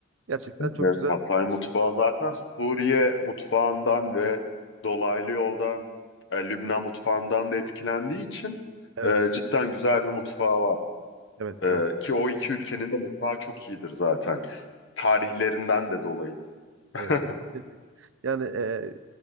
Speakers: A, on the right; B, on the left.
A: gerçekten çok
B: Evet,
A: güzel
B: Hatay mutfağı
A: şeyler.
B: zaten Suriye mutfağından ve dolaylı yoldan e, Lübnan mutfağından da etkilendiği için
A: Evet.
B: e, cidden güzel bir mutfağı var.
A: Evet, evet,
B: E, ki o iki ülkenin de mutfağı çok iyidir zaten. Tarihlerinden de dolayı. <laughs>
A: evet, evet. Kesinlikle. Yani e,